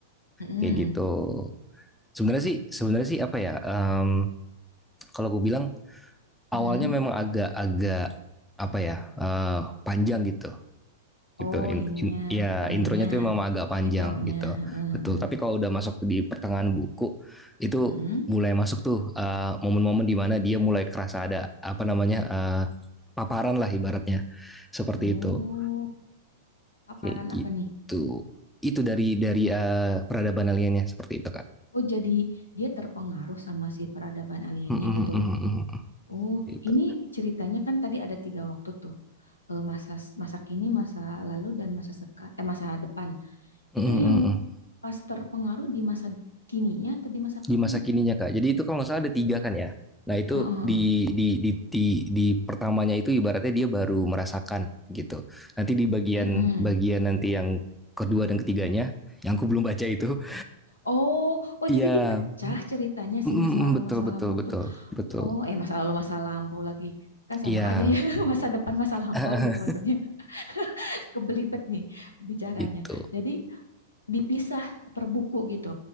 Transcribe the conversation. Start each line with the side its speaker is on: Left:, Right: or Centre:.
Left: Mm-mm.
Centre: kayak gitu. Sebenarnya sih sebenarnya sih apa ya? em, kalau gue bilang awalnya
Left: Mm-mm.
Centre: memang agak-agak apa ya? eh, panjang gitu.
Left: Oh,
Centre: Gitu. In-
Left: ininya
Centre: in- ya
Left: openingnya,
Centre: intronya tuh memang agak panjang
Left: intronya.
Centre: gitu.
Left: Heeh,
Centre: Betul.
Left: heeh.
Centre: Tapi kalau udah masuk di pertengahan buku itu
Left: Mm-mm.
Centre: mulai masuk tuh eh, momen-momen di mana dia mulai kerasa ada apa namanya? eh, paparan lah ibaratnya. Seperti
Left: Oh,
Centre: itu.
Left: paparan
Centre: Kayak gitu.
Left: apa nih?
Centre: Itu dari dari eh, peradaban aliennya seperti itu, Kak.
Left: Oh, jadi dia terpengaruh sama si peradaban aliennya
Centre: Mm-mm, mm-mm,
Left: gitu.
Centre: mm-mm.
Left: Oh,
Centre: Gitu.
Left: ini ceritanya kan tadi ada tiga waktu tuh. Eh, Masa masa kini, masa lalu, dan masa seka, eh, masa depan.
Centre: Mhm
Left: Itu yang
Centre: mhm.
Left: Pas terpengaruh di masa kininya atau di masa
Centre: Di
Left: kapannya
Centre: masa kininya,
Left: tuh?
Centre: Kak. Jadi itu kalau nggak salah ada 3 kan ya? Nah itu
Left: Heeh, heeh.
Centre: di di di di di pertamanya itu ibaratnya dia baru merasakan gitu. Nanti di bagian
Left: Mm-mm.
Centre: bagian nanti yang kedua dan ketiganya, yang aku belum baca itu,
Left: Oh, oh
Centre: iya,
Left: jadi dipecah ceritanya
Centre: <laughs> mhm
Left: si masa
Centre: mhm,
Left: lalu
Centre: betul
Left: masa
Centre: betul
Left: lampau
Centre: betul
Left: tuh.
Centre: betul,
Left: Oh, eh masa lalu masa lampau lagi. Kan
Centre: iya,
Left: sama aja ya, <laughs> masa depan masa lampau
Centre: <laughs>
Left: gitu maksudnya. <laughs> Kebelibet nih bicaranya.
Centre: gitu.
Left: Jadi dipisah per buku gitu.